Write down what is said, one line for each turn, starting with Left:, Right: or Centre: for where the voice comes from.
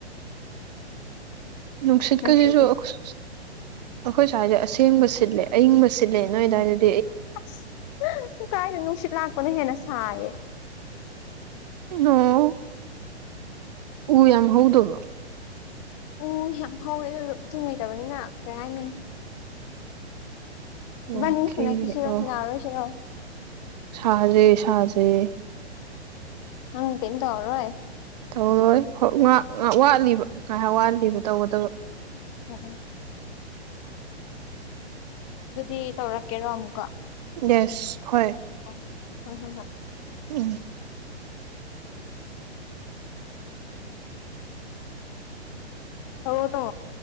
Right: ꯅ ꯅꯨꯁꯤꯠ
Left: ꯅꯠꯇ꯭ꯔꯗꯤ
Right: ꯀꯁꯤꯁꯨ ꯑꯩꯈꯣꯏ ꯁ꯭ ꯍꯥꯏꯏꯁꯦ ꯑꯁꯦꯡꯕ ꯁꯤꯠꯂꯦ ꯑꯏꯪꯕ ꯁꯤꯠꯂꯦ ꯅꯣꯏꯗꯋꯥꯏꯁꯤꯗꯤ
Left: ꯑꯁꯨꯡ ꯀꯥꯏꯅ ꯅꯨꯡꯁꯤꯠ ꯂꯥꯛꯄꯅ ꯍꯦꯟꯅ ꯁꯥꯏꯌꯦ
Right: ꯑꯣ ꯎ ꯌꯥꯝ ꯍꯧꯗꯕ
Left: ꯎ ꯌꯥꯝ ꯍꯧꯋꯦ ꯑꯗꯨ ꯎ ꯆꯤꯡꯉꯩꯇꯕꯅꯤꯅ ꯀꯩ ꯍꯥꯏꯅꯤ
Right: ꯑꯣꯀꯦ
Left: ꯕꯥꯅꯤ ꯁꯅ ꯀꯁꯤꯔꯣꯁꯅ
Right: ꯑꯣ
Left: ꯑꯁꯔꯣ
Right: ꯁꯥꯖꯦ ꯁꯥꯖꯦ
Left: ꯎꯪ ꯇꯝ ꯇ ꯍꯔꯣꯏꯣꯏ
Right: ꯇꯧꯔꯣꯏ ꯉꯍꯥꯛ ꯉ ꯋꯥꯠꯂꯤꯕ ꯉꯥꯏꯍꯥꯛ ꯋꯥꯠꯂꯤꯕ ꯇꯧꯒꯗꯕ
Left: ꯎꯝ ꯎꯝ ꯑꯗꯨꯗꯤ ꯇꯧꯔꯛꯀꯦꯔꯣ ꯑꯃꯨꯛꯀ
Right: ꯌꯦꯁ ꯍꯣꯏ
Left: ꯑꯣ ꯍ ꯍ ꯍ
Right: ꯎꯝ
Left: ꯍ ꯇꯣ